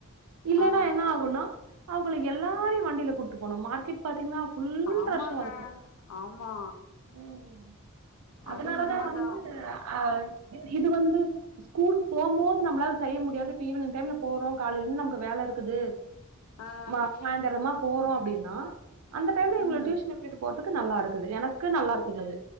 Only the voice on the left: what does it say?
ஆ ஆ
ஆ ஆமாங்க
ஆமா
அது உண்மதா
ஆ
ம்